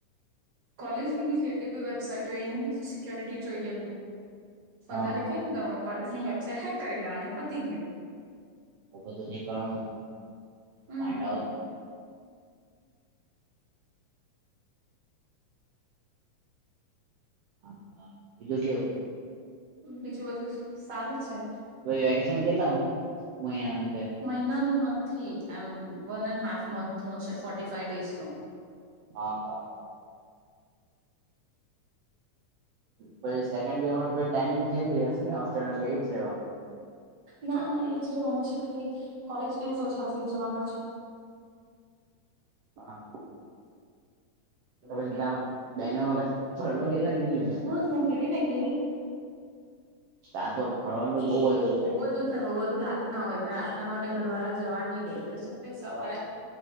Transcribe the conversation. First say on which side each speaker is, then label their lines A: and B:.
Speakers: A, on the right; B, on the right.
A: કોલેજની બી કેટલી બી વેબસાઈટ હોય એને બી સિક્યોરિટી જોઈએ જ ને. વધારે
B: હા
A: કઈ નહિં તો. કોલેજની વેબસાઈટ હેક કરી લેવાની, બીજું શું?
B: આવુ બધુ નીકળવાનું.
A: હમ
B: ગાડાઓ હા, હા, બીજુ કેવ?
A: બીજું બધું. સારું છે
B: પછી વેકેશન કેટલા મહિનાનું છે
A: મહિનાનું નહીં. એમ વન એન્ડ હાફ મથ નુ છે, ફોટી ફાઈવ ડેઝનુ.
B: હા, હા. પછી સેકન્ડ ટાઈમિંગ ચેન્જ થઈ જશે ને, હોસ્ટલ માં બેસી જ રહેવાનું.
A: ના ના, એ જ રહેવાનું છે, ખાલી કોલેજ ડે ઓછા થઈ જવાના છે.
B: હા.
A: હા,
B: તો પછી ત્યાં બેંગલોરમાં કશે ફરવા ગયેલા કે નહી ગયેલા
A: હું ગેલીને ગેલી ને.
B: ત્યાં તો ફરવાનું
A: <unintelligible>
B: બહુ બધું
A: બહુ બધું છે, પણ બધું રાત રાત ના હોયને, રાતના મને ઘરવાળા જવા ન દે તો, સવારે